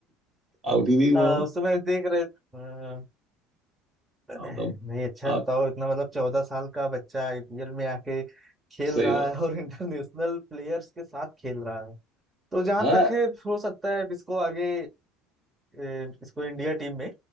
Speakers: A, on the right; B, on the right.
A: आउट ही नहीं हुआ
B: हाँ
A: हो
B: उस समय देख रहे हाँ, <clears throat>
A: मतलब
B: नहीं अच्छा
A: आप
B: है बताओ इतना मतलब चौदह साल का बच्चा आईपीएल में आके खेल
A: सही
B: रहा
A: बात
B: है और इंटरनेशनल प्लेयर्स के साथ खेल रहा है तो जहां
A: हाँ
B: तक है हो सकता है इसको आगे ए, इसको इंडिया टीम में